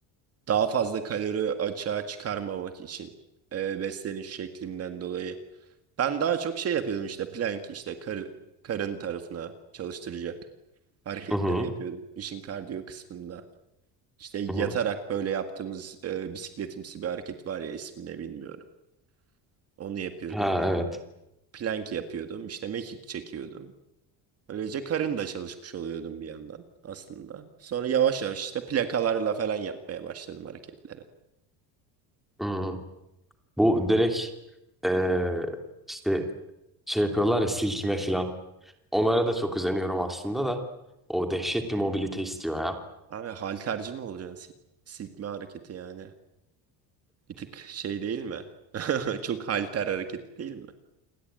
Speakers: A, on the right (about 40°); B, in the centre.
A: daha fazla kalori açığa çıkarmamak için e, besleniş şeklimden dolayı. Ben daha çok şey yapıyordum işte plank işte kar, karın tarafına çalıştıracak hareketleri
B: Hı hı,
A: yapıyordum işin kardiyo kısmında. İşte yatarak
B: hı hı.
A: böyle yaptığımız e, bisikletimsi bir hareket var ya ismini bilmiyorum. Onu yapıyordum.
B: Ha evet.
A: Plank yapıyordum. İşte mekik çekiyordum. Böylece karın da çalışmış oluyordum bir yandan aslında. Sonra yavaş yavaş işte plakalarla falan yapmaya başladım hareketleri.
B: Hı. Bu direkt eee, işte şey yapıyorlar ya silkime falan. Onlara da çok özeniyorum aslında da. O dehşet bir mobilite istiyor ya.
A: Abi halterci mi olacaksın? Sil silkme hareketi yani. Bir tık şey değil mi? <laughs> Çok halter hareketi değil mi?